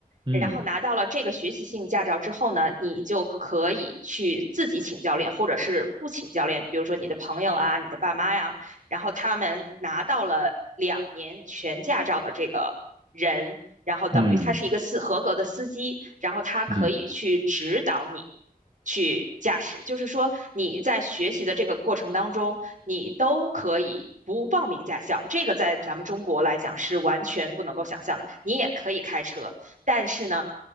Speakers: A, on the right; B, on the right.
A: 嗯
B: 然后拿到了这个学习性驾照之后呢，你就可以去自己请教练，或者是不请教练，比如说你的朋友啊、你的爸妈呀。然后他们拿到了两年全驾照的这个人，然后等于他是一个司合格的司机，
A: 嗯
B: 然后他可以去指导你
A: 嗯，
B: 去驾驶，就是说你在学习的这个过程当中，你都可以。不报名驾校，这个在咱们中国来讲是完全不能够想象的。你也可以开车，但是呢，